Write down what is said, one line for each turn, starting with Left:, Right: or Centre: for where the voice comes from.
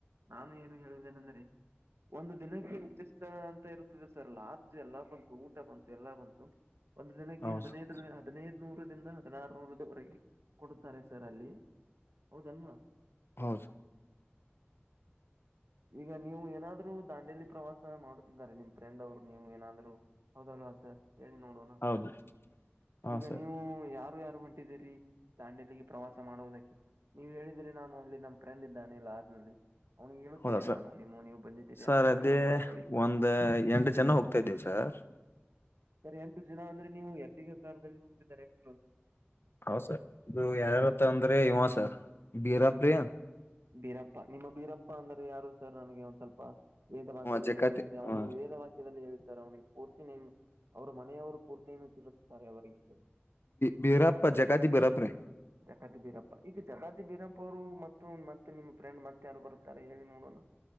Right: ನಾನು ಏನು ಹೇಳಿದ್ದೇನೆಂದ್ರೆ ಒಂದು ದಿನಕ್ಕೆ ವಿಶಿಷ್ಟ ಅಂತ ಇರುತ್ತದೆ ಸರ್ ಲಾರ್ಜ್ ಎಲ್ಲಾ ಬಂತು ಊಟ ಬಂತು ಎಲ್ಲಾ ಬಂತು ಒಂದು್ ದಿನಕ್ಕೆ
Left: ಹೌದು
Right: ಹದಿನೈದು
Left: ಸರ್
Right: ಹದಿನೈದು ಹದ ನೂರ ದಿಂದ ಹದಿನಾರ ನೂರದವರೆಗೆ ಕೊಡುತ್ತಾರೆ ಸರ್ ಅಲ್ಲಿ ಹೌದಲ್ವಾ
Left: ಹೌದು
Right: ಈಗ ನೀವು ಏನಾದ್ದಾಂಡೇಲಿ ಪ್ರವಾಸ ಮಾಡುತ್ತಿದ್ದಾರೆ ನಿಮ್ ಫ್ರೆಂಡ್ ಅವ್ರು ನೀವು ಏನಾದ್ ಹದ ಹೇಳಿ ನೋಡೋಣ
Left: ಹೌದು ಹಾ
Right: ಈಗ
Left: ಸರ್
Right: ನೀವು ಯ ಯಾರು ಹೊಂಟಿದೀರಿ ದಾಂಡೆಲಿಗೆ ಪ್ರವಾಸ ಮಾಡುವುದಕ್ಕೆ ನೀವು ಹೇಳ ನಾನು ಅಲ್ಲಿ ನಮ್ಮ ಫ್ರೆಂಡ್ನೆ ಲಾರ್ನಲ್ಲಿ ಅವ್ನ ಹೇಳುತ್ತೇನೆ
Left: ಹೌದಾ ಸರ್
Right: ನಾನು ನಿಮ್ಮ ನೀವು ಬಂದಿದ್ದೀರಿ
Left: ಸರ್
Right: ಅಂತ
Left: ಅದೇ
Right: ಪಿಕಪ್ ಮಾಡ್ಕೊಳ್ಳಿ
Left: ಒಂದ್ ಎಂಟು ಜನ ಹೋಗ್ತಾ ಇದ್ದೀವಿ ಸರ್
Right: ಸರಿ ಎಂತು ಜನ ಅಂದ್ರೆ ನೀವು ಎಡುಗ ಕಾರ್ಲ್ಲಿ ಹೋಗ್ತಿದ್ದಾರೆ ಎಂತ
Left: ಹೌ ಸರ್ ಇದು ಯಾರ್ಯಾರತ್ತ
Right: ಹೇಳಿದರೆ.
Left: ಅಂದ್ರೆ ಇವ ಸರ್ ಬೀರಾಬ್ರಿ
Right: ಬೀರಪ್ಪ ನಿಮ್ಮ ಬೀರಪ್ಪ ಅಂದ್ರ ಯಾರು ಸರ್ ನನಗೆ ಒಂದ್ ಸ್ವಲ್ಪ ವೇದ
Left: ಅವ
Right: ವಾಕ್ಯದಲ್ಲಿ
Left: ಜಕಾತಿ
Right: ಹೇಳಿದ್ರೆ ಅವನು
Left: ಹ
Right: ವೇದ ವಾಕ್ಯದಲ್ಲಿ ಹೇಳಿದ್ದಾರೆ ಅವನಿಗೆ ಪೂರ್ತಿ ನಿಮ್ ಅವ್ರ ಮನೆಯವರು ಪೂರ್ತಿಯ ಮಟ್ಟ ಇರುತ್ತಾರೆ ಅವರಿಗೆ
Left: ಬಿರಪ್ ಜಗಾತಿ ಬಿರಪ ರ
Right: ಜಗತಿ ಬೀರಪ್ಪ ಈಗ ಜಕಾತಿ ಬೀರಪ್ಪ ಅವರು ಮತ್ತು ಮತ್ತೆ ನಿಮ್ಮ ಫ್ರೆಂಡ್ ಮತ್ತ ಯಾರು ಬರುತ್ತಾರೆ ಹೇಳಿ ನೋಡೋಣ